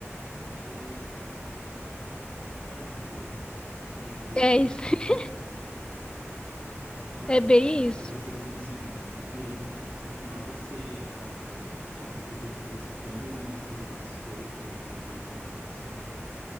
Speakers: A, on the right; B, on the left.
A: E, ai, meu Deus, lembrei
B: É
A: aqui
B: isso.
A: de um
B: <laughs>
A: meme É, realmente,
B: É bem
A: né?
B: isso.
A: É parecido com esse meme, né? E aí no, no final você mostra, né? <laughs> A música que você tá escutando e é uma música às vezes fofa ou alguma coisa assim relacionada.